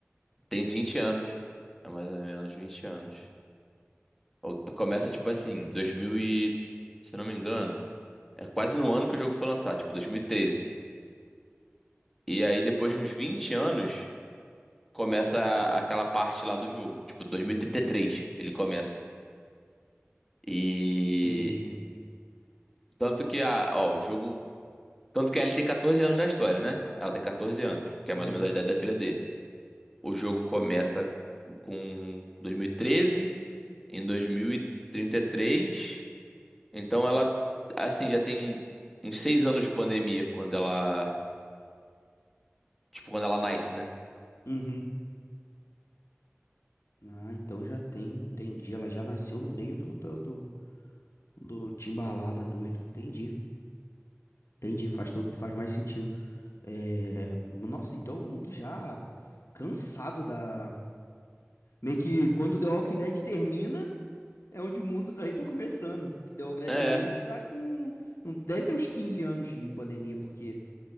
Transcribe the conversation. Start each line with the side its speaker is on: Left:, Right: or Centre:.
Centre: tem 20 anos. É mais ou menos 20 anos. Ou- Começa, tipo assim, 2000 e... Se eu não me engano, é quase no ano que o jogo foi lançado, tipo dois mil E treze. E aí, depois de uns 20 anos, começa a- aquela parte lá do jogo. Tipo, dois mil e e trinta e três ele começa. E...
Left: Entendi.
Centre: Tanto que a, ó, o jogo Tanto que a Ellie tem 14 anos na história, né? Ela tem 14 anos, que
Left: Uhum.
Centre: é mais ou menos a idade da filha dele. O jogo começa com 2013, em 2033. Então ela, assim, já tem uns 6 anos de pandemia quando ela, tipo, quando ela nasce, né?
Left: Uhum. Ah, então já tem, entendi. Ela já nasceu no meio do, do, do- Do Timbalada, doido. Entendi. Entendi, faz todo, faz mais sentido. É, Nossa, então o mundo já cansado da. Meio que quando The Walking Dead termina, é onde o mundo <laughs> daí tá começando. The Walking Dead
Centre: É,
Left: termina, tá com. não- Deve ter uns 15 anos de pandemia, porque